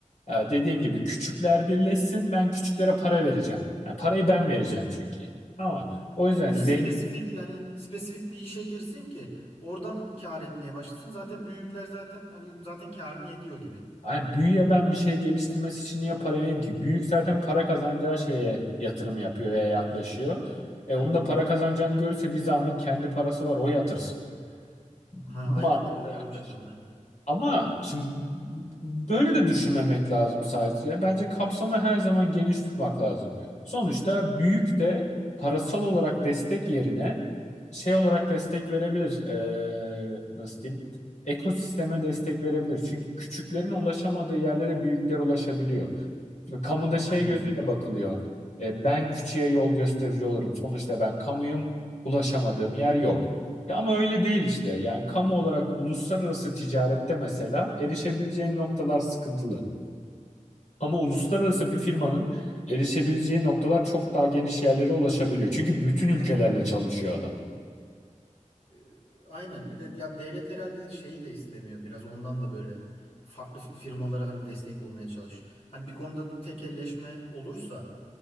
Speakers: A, on the left; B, on the left.
A: E, dediğin gibi küçükler birleşsin. Ben küçüklere para vereceğim. Yani parayı ben vereceğim çünkü. Ama o
B: Ya
A: yüzden
B: Bir
A: zengin
B: de spesifik yani spesifik bir işe girsin ki oradan kâr etmeye başlasın. Zaten büyükler zaten hani zaten kârını ediyor gibi.
A: Ay büyüye ben bir şey geliştirmesi için niye para vereyim ki? Büyük zaten para kazanacağı şeye yatırım yapıyor veya yaklaşıyor.
B: Hmm.
A: E
B: Aynen.
A: onun da para kazanacağını görürse bir zahmet kendi parası var o yatırsın. Bu
B: Ha aynen
A: mantıkla
B: bir de öyle
A: yaklaş.
B: bir şey var aynen.
A: Ama şimdi böyle de düşünmemek lazım sadece. Bence kapsamı her zaman geniş tutmak lazım. Sonuçta büyük de parasal olarak destek yerine şey olarak destek verebilir. Ee, nasıl diyeyim? Ekosisteme destek verebilir. Çünkü küçüklerin ulaşamadığı yerlere büyükler ulaşabiliyor. Şimdi kamuda şey
B: Aynen.
A: gözüyle bakılıyor. E, ben küçüğe yol gösterici olurum. Sonuçta ben kamuyum. Ulaşamadığım yer yok. Ya ama öyle değil işte. Yani kamu olarak uluslararası ticarette mesela erişebileceğin noktalar sıkıntılı. Ama uluslararası bir firmanın erişebileceği noktalar çok daha geniş yerlere ulaşabiliyor. Çünkü bütün ülkelerle çalışıyor adam.
B: Ee, aynen. Bir de ya devlet herhalde şeyi de istemiyor. Biraz ondan da böyle farklı firmalara hani destek olmaya çalış. Hani bir konuda bir tekelleşme olursa